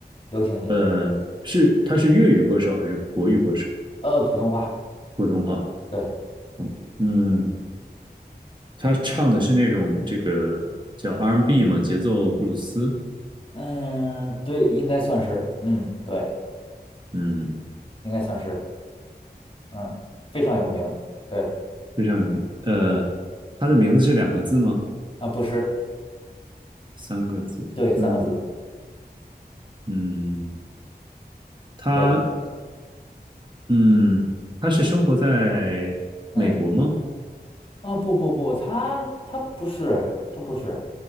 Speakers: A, on the left; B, on the right.
A: 流行音乐，
B: 呃，是他是粤语歌手还是国语歌手？
A: 呃，普通话，
B: 普通话，
A: 对，
B: 嗯嗯，他唱的是那种这个叫 R&B 嘛，节奏布鲁斯，
A: 嗯，对，应该算是，嗯，对，
B: 嗯，
A: 应该算是，嗯，非常有名，对，
B: 非常有名。呃，
A: 对，
B: 他的名字是两个字吗？
A: 啊，不是，
B: 三个字？
A: 对，三个字，
B: 嗯，嗯，他
A: 对，
B: 嗯，他是生活在美国吗？
A: 嗯。哦，不不不，他他不是，他不是。